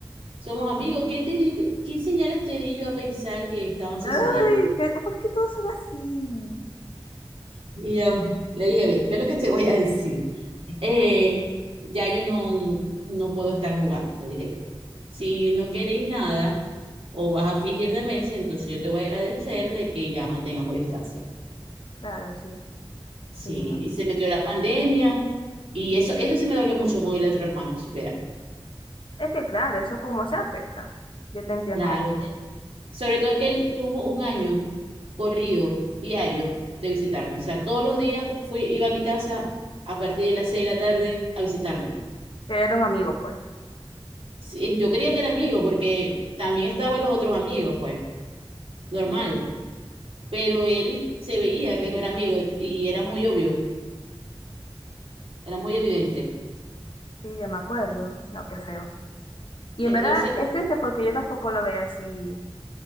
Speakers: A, on the right (about 85°); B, on the left (about 60°).
A: Somos amigos, ¿qué, te di- qué señales te di yo a pensar que estaban sucediendo?
B: Ay, que- ¿por qué todos son así?
A: Y yo le dije, ve, ve lo que te voy a decir. Eh, ya yo no, no puedo estar jugando, le dije yo. Si no queréis nada o vas a fingir demencia, entonces yo te voy a agradecer de que ya mantengamos distancia.
B: Claro, sí,
A: Sí,
B: y no.
A: y se metió la pandemia y eso, eso sí me dolió mucho con el otro hermano, supera.
B: Es que claro, eso como se afecta. Yo te entiendo
A: Claro,
B: ahí.
A: te- sobre todo que él tuvo un año corrido, diario, de visitarme. O sea, todos los días fui, iba a mi casa a partir de las seis de la tarde a visitarme.
B: Pero era un amigo, pues.
A: Sí, yo creía que era amigo porque también estaban los otros amigos, pues, normal, pero él se veía que no era amigo y era muy obvio, era muy evidente.
B: Sí, ya me acuerdo. No, qué feo. Y
A: Entonces,
B: en verdad es triste porque yo tampoco lo veía así